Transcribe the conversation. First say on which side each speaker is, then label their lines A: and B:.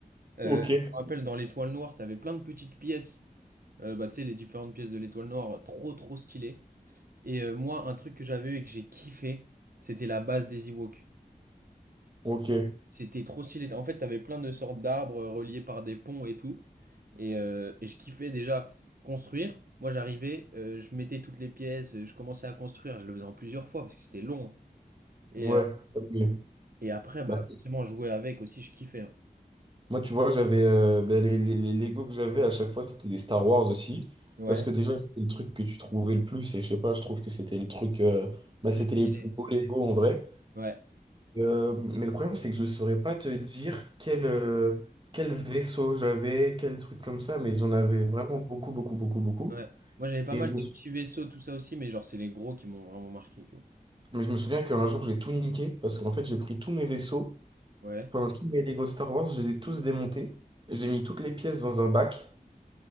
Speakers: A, on the right; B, on the right.
A: Euh,
B: Ok.
A: je me rappelle dans l'étoile noire, t'avais plein de petites pièces, Euh, bah, tu sais, les différentes pièces de l'étoile noire, trop trop stylé. Et euh, moi, un truc que j'avais eu et que j'ai kiffé, c'était la base des Ewoks.
B: Ok.
A: C'était trop stylé. En fait, t'avais plein de sortes d'arbres euh, reliés par des ponts et tout. Et, euh, et je kiffais déjà construire. Moi, j'arrivais, euh, je mettais toutes les pièces, euh, je commençais à construire. Je le faisais en plusieurs fois parce que c'était long. hein. Et,
B: Ouais.
A: euh,
B: Ok.
A: et après, bah,
B: Bah,
A: forcément, jouer avec aussi, je kiffais. hein.
B: Moi, tu vois, j'avais euh, ben, les, les, les Lego que j'avais à chaque fois, c'était des Star Wars aussi.
A: Ouais,
B: Parce que déjà, c'était le truc que tu trouvais le plus. Et je sais pas, je trouve que c'était les trucs. euh,
A: le
B: bah,
A: plus
B: c'était
A: stylé.
B: les plus beaux Lego en vrai.
A: Ouais.
B: Euh, mais le problème, c'est que je saurais pas te dire quel, euh, quel vaisseau j'avais, quel truc comme ça. Mais j'en avais vraiment beaucoup, beaucoup, beaucoup, beaucoup.
A: Ouais. Moi, j'avais pas
B: Et
A: mal
B: je me,
A: de
B: sou-
A: petits vaisseaux, tout ça aussi, mais genre, c'est les gros qui m'ont vraiment marqué, tu vois.
B: mais je me souviens qu'un jour, j'ai tout niqué. Parce qu'en fait, j'ai pris tous mes vaisseaux,
A: Ouais,
B: enfin, tous mes Lego Star Wars, je les ai tous démontés. J'ai mis toutes les pièces dans un bac.